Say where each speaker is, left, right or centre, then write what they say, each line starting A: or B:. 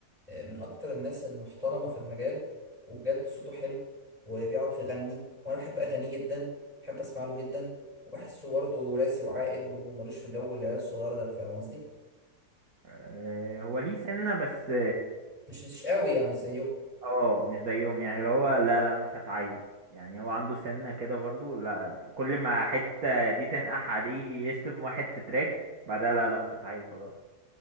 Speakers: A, on the right; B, on the right.
A: من اكتر الناس المحترمه في المجال وبجد صوته حلو وبيعرف يغني وانا بحب اغانيه جدا بحب اسمع له جدا وبحسه برضه راسي وعاقل وملوش في جو العيال الصغير ده فاهم قصدي
B: آه هو ليه سنة بس
A: مش مش قوي يعني مش زيه
B: اه مش زيهم يعني اللي هو لا لا مش هتعيل يعني هو عنده سنة كده برضو لا أنا كل ما حتة دي تنقح عليه يشتم واحد في تراك بعدها لا لا مش هتعيل خلاص